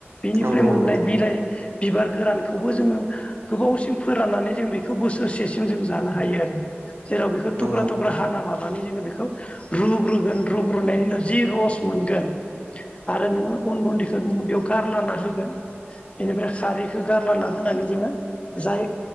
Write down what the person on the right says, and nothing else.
नंगौ
नोंथां
नंगौ